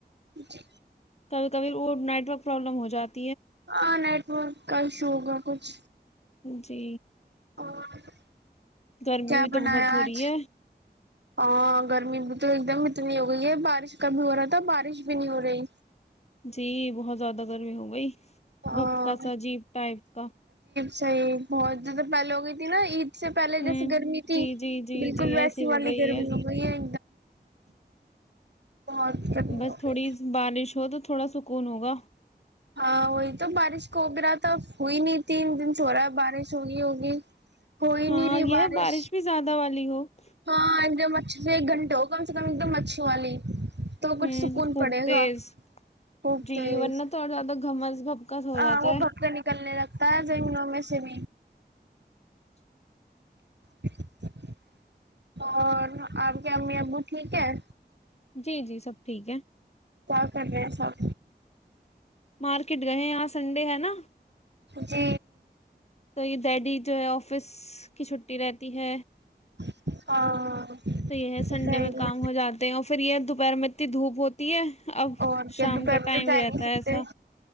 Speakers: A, on the right; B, on the left.
A: جی
B: کبھی کبھی وہ نیٹ ورک پرابلم ہو جاتا
A: ہاں نائٹ م ک ک ش ہوگا کچھ
B: جی
A: اور <unintelligible>
B: گرمی
A: کیا
B: بھی
A: بنایا
B: تو بہت ہو
A: آج
B: رہی ہے
A: ہاں گرمی بھی تو ایک دم اتنی ہو گئی ہے بارش کا بھی ہو رہا تھا بارش بھی نہیں ہو رہی
B: جی بہت زیادہ گرمی ہو گئی
A: ہاں
B: وپ کا سا اجیب ٹائپ کا
A: سے بہت جیسے پہلے ہو گئی تھی نا عید اسے پہلے
B: ہوں
A: جیسے گرمی تھی
B: جی جی جی
A: بالکل
B: جی ایسی
A: ویسی والی
B: ہو گئی
A: گرمی
B: ہے
A: ہو گئی ہے <unintelligible> گرمی
B: بس
A: ہو
B: تھوڑی
A: گئی
B: سی بارش ہو تو تھوڑا سکون ہوگا
A: ہاں وہی تو بارش ہو بھی رہا تھا ہوئی نہیں تین دن سے ہو رہا ہے بارش ہوگی ہوگی ہو ہی
B: ہاں
A: نہیں رہی
B: یہ
A: بارش
B: ہے، بھی <unintelligible>
A: ہاں ایک دم اچھے سے ایک گھنٹے ہو کم سے کم ایک دم اچھی والی تو
B: ہوں
A: کچھ سکون
B: خوب
A: پڑے
B: تیز
A: گا خوب
B: جی
A: تیز
B: ورنہ تو اور زیادہ گھمس بھپکس ہو
A: ہاں
B: جاتا
A: وہ
B: ہے
A: پھگتے نکلنے لگتا ہے جگنوں میں سے <unintelligible> <inaudible> اور آپ کے امی ابو ٹھیک ہے
B: جی جی سب ٹھیک ہے
A: کیا کر ہیں سب
B: مارکیٹ گئے یہاں سنڈے ہے نا
A: جی
B: جی ڈیڈی جو ہے آفس کی چھٹی رہتی ہے
A: ہاں
B: تو یہ ہے
A: صحیح۔
B: سنڈے میں کام ہو جاتے ہیں اور پھر یہ دوپہر میں اتنی دھوپ ہوتی ہے اب
A: اور کیا
B: شام
A: دوپہر
B: کا
A: میں
B: ٹائم
A: تو جا
B: ہی رہتا
A: نہیں سکتے
B: ہے ایسا